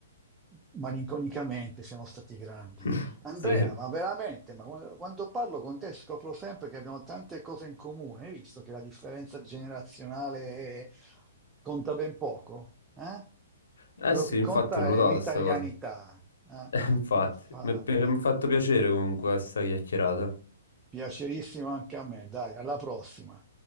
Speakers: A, on the right; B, on the left.
A: malinconicamente siamo stati grandi.
B: <laughs>
A: Andrea,
B: Sì.
A: ma veramente, ma quando quando parlo con te scopro sempre che abbiamo tante cose in comune. Hai visto che la differenza generazionale è- conta ben poco? eh?
B: Eh
A: Quello
B: sì,
A: che
B: infatti
A: conta
B: l'ho notata
A: è l'italianità.
B: sta cosa. <laughs>
A: eh?
B: Eh, Infatti,
A: Infatti,
B: mi è pi- mi ha fatto piacere comunque questa chiacchierata.
A: piacerissimo anche a me. Dai, alla prossima.